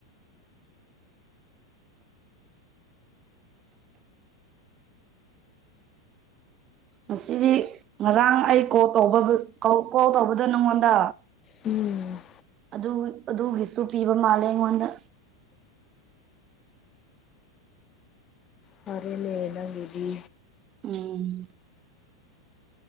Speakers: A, on the right; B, on the left.
A: ꯉꯁꯤꯗꯤ ꯉꯔꯥꯡ ꯑꯩ ꯀꯣꯜ ꯇ ꯀꯣꯜ ꯇꯧꯕꯗꯣ ꯅꯉꯣꯟꯗ
B: ꯎꯝ
A: ꯑꯗꯨ ꯑꯗꯨꯒꯤꯁꯨ ꯄꯤꯕ ꯃꯥꯜꯂꯦ ꯑꯩꯉꯣꯟꯗ
B: ꯁꯔꯦ ꯂꯅꯒꯤꯗꯤ
A: ꯎꯝ